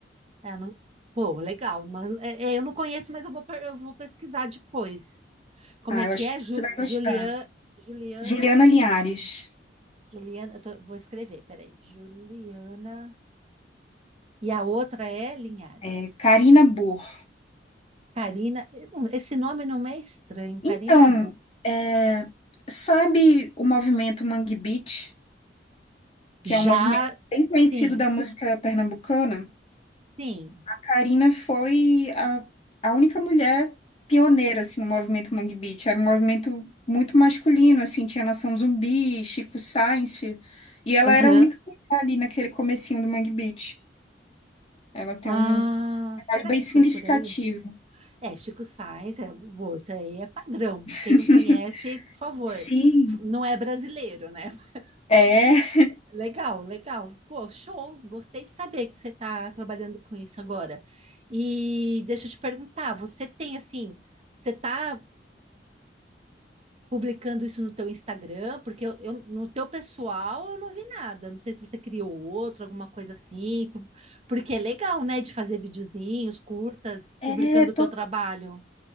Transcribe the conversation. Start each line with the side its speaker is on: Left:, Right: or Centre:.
Right: É, não... Pô, legal, mas é, é, eu não conheço, mas eu vou, per- eu vou pesquisar depois. Como
Left: Ah,
Right: é
Left: eu
Right: que
Left: acho
Right: é?
Left: que
Right: Ju,
Left: você vai gostar.
Right: Julian, Juliana?
Left: Juliana Linhares,
Right: Juliana, eu tô- vou escrever, peraí. Juliana. E a outra é Linhares.
Left: é, Karina Burr.
Right: Carina, eu não- esse nome não me é estranho, Carina
Left: Então, é, sabe o movimento Mangue Beat? que
Right: Já,
Left: é um movimento bem conhecido
Right: sim,
Left: da música pernambucana.
Right: sim.
Left: A Karina foi a, a única mulher pioneira assim, no movimento Mangue Beat. Era um movimento muito masculino, assim, tinha Nação Zumbi, Chico Science, e ela
Right: Aham.
Left: era a única mulher ali naquele comecinho do Mangue Beat. Ela tem
Right: Ah,
Left: um trabalho
Right: será
Left: bem
Right: que
Left: significativo.
Right: foi por aí? É, Chico Sainz, é, pô, isso aí é padrão.
Left: <laughs>
Right: Quem não conhece, por favor,
Left: Sim,
Right: f- não é brasileiro, né? <laughs>
Left: é.
Right: Legal, legal. Pô, show. Gostei de saber que você está trabalhando com isso agora. E deixa eu te perguntar, você tem assim, você está publicando isso no teu Instagram, porque eu, eu- no teu pessoal eu não vi nada. Não sei se você criou outro, alguma coisa assim, p- porque é legal, né, de fazer videozinhos, curtas,
Left: É,
Right: publicando
Left: tô...
Right: o teu trabalho.